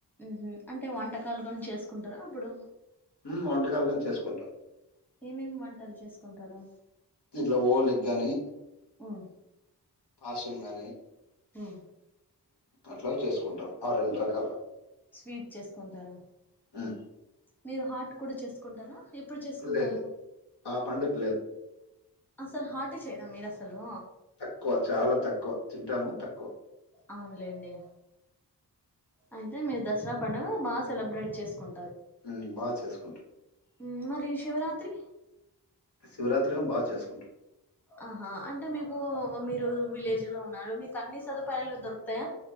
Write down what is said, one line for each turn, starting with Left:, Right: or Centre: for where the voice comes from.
Centre: హ్మ్ హు అంటే వంటకాలు గాని చేసుకుంటారా అప్పుడు
Left: హ్మ్ వంటకాలుగాని చేసుకుంటాం
Centre: ఏం ఏం వంటలు చేసుకుంటారు
Left: ఇట్లా ఓలిగ్ గాని
Centre: ఉమ్
Left: పాసం గానీ
Centre: ఉమ్
Left: అట్లా హ్మ్ చేసుకుంటాం ఆ రెండు రకాల
Centre: స్వీట్ చేసుకుంటారు
Left: ఉమ్
Centre: మీరు హార్ట్ కూడా చేసుకుంటారా ఎప్పుడు చేసుకుంటారు
Left: లేదు లేదు ఆ పండుగ లేదు
Centre: అసలు హాట్ యే చేయరా మీరు అసలు
Left: తక్కువ చాలా తక్కువ తింటాము తక్కువ
Centre: అవునులేండి అయితే మీరు దసరా పండుగ బాగా సెలబ్రేట్ చేసుకుం
Left: హ్మ్ బా చేసుకుంటాం
Centre: హ్మ్ మరి శివరాత్రి
Left: శివరాత్రి ఏం బా చేసుకుంటా
Centre: ఆహా అంటే మీకు మీరు విలేజ్ లో ఉన్నారు మీకు అన్ని సదుపాయాలు దొరుకుతాయా